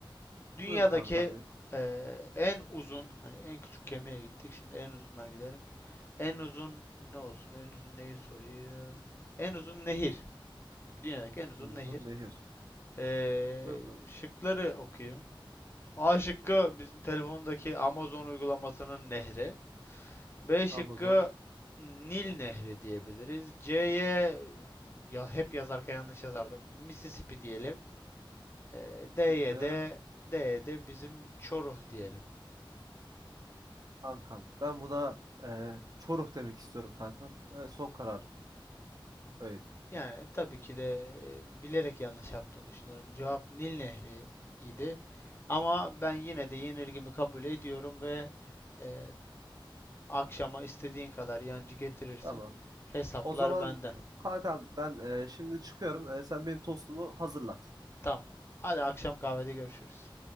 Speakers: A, on the left; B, on the right.
A: Dünyadaki
B: Buyur kankam benim.
A: eee, en uzun, hani en küçük gemiye gittik, şimdi en uzundan gidelim. En uzun ne olsun? En uzun neyi sorayım? En uzun nehir. Dünyadaki en uzun
B: En uzun
A: nehir.
B: nehir.
A: Ee,
B: Buyur kankam.
A: şıkları okuyayım. A şıkkı bizim telefondaki Amazon uygulamasının nehri. B şıkkı
B: Amazon,
A: Nil Nehri diyebiliriz. C'ye ya hep yazarken yanlış yazardım. Mississippi diyelim. Ee,
B: Mississippi,
A: D'ye de D'ye de bizim Çoruh diyelim.
B: kankam. Ben buna e, Çoruh demek istiyorum kankam. E, son kararım. Öyle diyeyim.
A: Yani tabii ki de e, bilerek yanlış yaptığını düşünüyorum. Cevap Nil Nehri idi. Ama ben yine de yenilgimi kabul ediyorum ve e, akşama istediğin kadar yancı getirirsin.
B: Tamam.
A: Hesaplar
B: O zaman
A: benden.
B: kankam ben e, şimdi çıkıyorum. E, sen benim tostumu hazırlat.
A: Tamam. Hadi akşam kahvede görüşürüz.